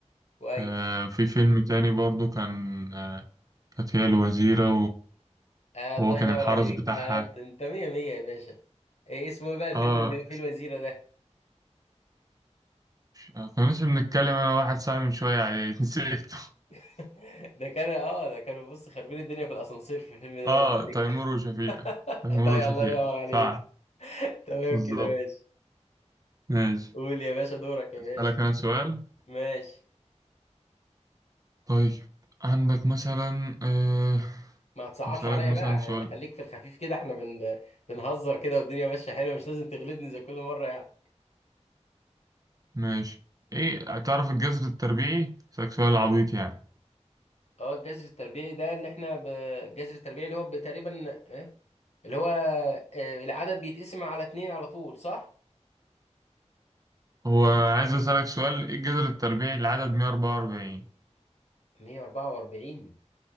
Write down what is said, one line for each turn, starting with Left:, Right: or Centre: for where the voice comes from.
Left: كويس
Right: آه في فيلم تاني برضو كان آه كانت هي الوزيرة
Left: آه
Right: وهو
Left: الله
Right: كان
Left: ينور
Right: الحرس
Left: عليك
Right: بتاعها
Left: آه انت أنت مية مية يا باشا ايه اسمه ايه بقى الفيلم
Right: اه
Left: اللي هو فيه الوزيرة ده
Right: آه، كنا لسه بنتكلم أنا واحد صاحبي من شوية عليه <laughs> نسيته
Left: <laughs> ده كان اه ده كانوا بص خاربين الدنيا في الاسانسير في الفيلم ده
Right: اه
Left: لو تفتكر
Right: تيمور وشفيق
Left: <laughs>
Right: تيمور
Left: طيب
Right: وشفيق
Left: الله ينور عليك
Right: صح
Left: تمام
Right: بالظبط
Left: كده ماشي
Right: ماشي
Left: قول يا باشا دورك يا
Right: اسألك
Left: باشا
Right: انا سؤال
Left: ماشي
Right: طيب عندك مثلا آه،
Left: ما تصعبش
Right: اسألك
Left: عليا
Right: مثلا
Left: بقى
Right: سؤال
Left: يعني خليك في الخفيف كده احنا بن... بنهزر كده والدنيا ماشية حلوة مش لازم تغلبني زي كل مرة يعني
Right: ماشي ايه تعرف الجذر التربيعي اسألك سؤال عبيط يعني
Left: اه الجذر التربيعي ده اللي احنا ب... الجذر التربيعي اللي هو تقريبا إيه؟ اللي هو آه، العدد بيتقسم على اتنين على طول صح؟
Right: هو عايز اسألك سؤال ايه الجذر التربيعي لعدد 144
Left: 144